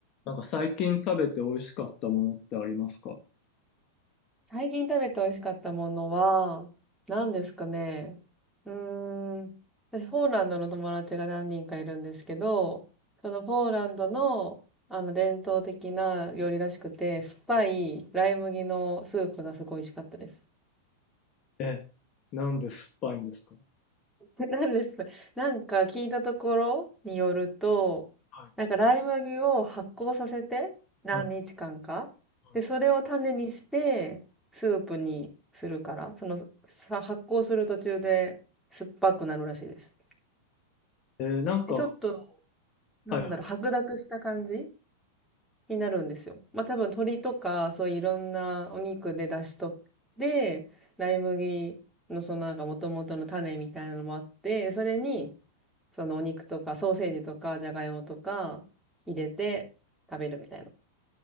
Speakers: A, on the left (about 35°); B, in the centre.
A: なんか最近食べて美味しかったものってありますか
B: 最近食べて美味しかったものは、何ですかね。うーん。私、ポーランドの友達が何人かいるんですけど、そのポーランドの、あの、伝統的な料理らしくて、酸っぱいライ麦のスープがすごい美味しかったです。
A: え、なんで酸っぱいんですか
B: <laughs> 何ですかなんか聞いたところによると、
A: はい、
B: なんかライ麦を発酵させて何日間か。
A: はい、は
B: で、それを種にしてスープにするから、そのさ発酵する途中で酸っぱくなるらしいです。
A: い。えーなんか、
B: えちょっと、なんだろう、
A: はい、はい。
B: 白濁した感じになるんですよ。まあ多分鶏とか、そういういろんなお肉で出しとって、ライ麦のそのなんか元々の種みたいなのもあって、それに、そのお肉とか、ソーセージとか、じゃがいもとか、入れて食べるみたいな。